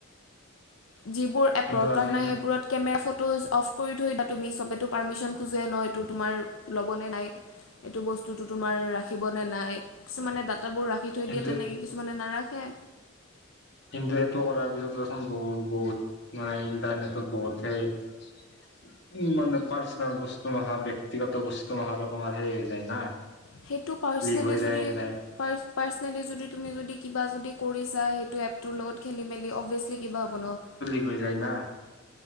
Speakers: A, on the left; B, on the left.
A: যিবোৰ এপ
B: কিন্তু
A: দৰকাৰ
B: আজি
A: নাই, সেইবোৰত কেমেৰা, ফটোজ অফ কৰি থৈ দিবা, তুমি চবেটো পাৰ্মিশ্যন খোজে ন' এইটো তোমাৰ ল'বনে নাই? এইটো বস্তুটো তোমাৰ ৰাখিবনেে নাই, কিছুমানে তাঁত কামবোৰ ৰাখি থৈ
B: কিন্তু
A: দিয়ে, তেনেকে কিছুমানে নাৰাখে।
B: ইন্টাৰনেট কথা, পিছত চোন বহুত বহুত নাই ইণ্টাৰনেটত বহুত হে মানে পাৰ্চনেল বস্তু অহা, ব্যক্তিগত বস্তু অহাটো, তোমাৰ হে যায় না।
A: সেইটো পাৰ্চনেলি,
B: লিক হৈ
A: যদি
B: যায় এলাই
A: পাৰ্চনেলি, যদি তুমি যদি কিবা যদি কৰিছা টো এপটোৰ লগত খেলি মেলি অভিয়াচলি কিবা হ'ব ন?
B: লৈ যায় না,